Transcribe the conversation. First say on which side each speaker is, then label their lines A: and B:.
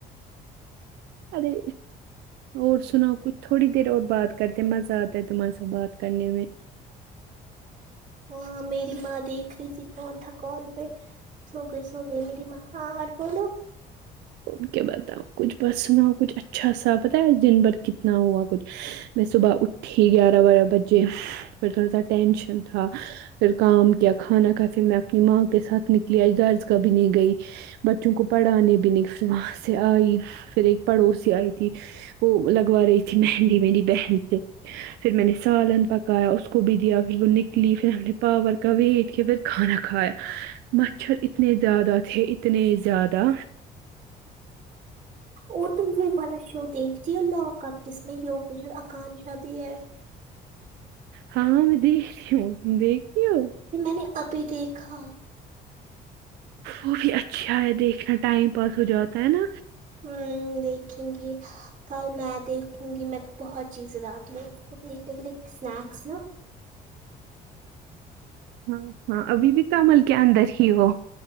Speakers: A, on the right; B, on the right.
A: ادے اور سناؤ کچھ تھوڑی دیر اور بات کرتے مزہ آتا ہے تمہارے سے بات کرنے میں
B: ہاں میری ماں دیکھ رہی تھی کون تھا کال پہ سو گئے سو گئے میری ماں ہاں اور بولو
A: ا کے بتاؤ کچھ بسنا کچھ اچھا سا پتا ہے آج دن بھر کتنا ہوا کچھ میں صبح اٹھ تیک گیارہ بارہ بجے پھر تھوڑا سا ٹینشن تھا پھر کام کیا کھانا کھا پھر میں اپنی ماں کے ساتھ نکلی اج درز کا بھی نہیں گئی بچوں کو پڑھانے بھی نہیں وہاں سے آئی پھر ایک پڑوسی آئی تھی وہ لگوا رہی تھی مہندی میری بہن سے پھر میں نے سالن پکایا اس کو بھی دیا پھر وہ نکلی پھر ہم نے پاور کبھی عید کے بعد کھانا کھایا مچھر اتنے زیادہ تھے اتنے زیادہ
B: اور تم وہو والا شو دیکھتی ہو لواک اپ جس میں یوگیش اور آکانشا بھی ہے
A: ہاںاں میں دیکھتی ہوں تم دیکھتی ہو
B: جی میں نے ابھی دیکھا
A: وہ بھی اچھا ہے دیکھنا ٹائم پاس ہو جاتا ہے نا
B: ہوں دیکھیں گی کل میں دیکھوں گی میں بہت چیزیں ر کو دیکھنے کےے اسنیکس نا
A: ہاں ہاں ابھی بھی کمل کے اندر ہی وہ